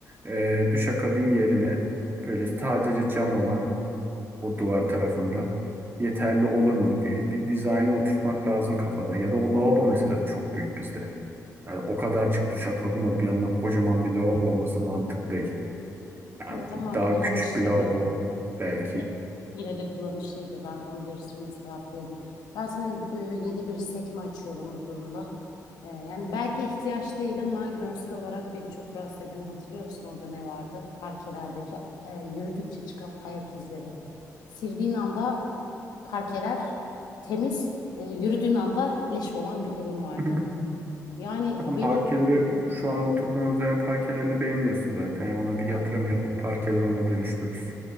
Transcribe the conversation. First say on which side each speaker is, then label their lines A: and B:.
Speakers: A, on the right; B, on the left.
A: eee duşakabin yerine böyle sadece cam olan o duvar tarafında yeterli olur mu? Bir, bir dizaynı oturtmak lazım kafada. Ya da o lavabo mesela çok büyük bizde. Yani o kadarcık duşakabin olup yanına kocaman bir lavabo olması mantıklı değil. Yani
B: Evet ama
A: daha
B: kullanışlıydı.
A: küçük bir lavabo belki.
B: Ye- yine de kullanışlıydı. Ben onu değiştirmesi taraftaydım. Ben sana e, yeni bir sekme açıyorum bu durumda. E, yani belki ihtiyaç değil ama görsel olarak beni çok rahatsız eden hatırlıyor musun orada ne vardı? Parkelerdeki e, yürüdükçe çıkan ayak izleri. Sildiğin anda parkeler temiz, e, yürüdüğün anda leş olan bir durum vardı.
A: <laughs>
B: Yani
A: Tam
B: beni
A: parkeleri bu şu an oturduğumuz yerin parkelerini beğeniyorsun zaten. Yani ona bir
B: Ay,
A: yatırım yapıp parkeleri ona dönüştürürüz.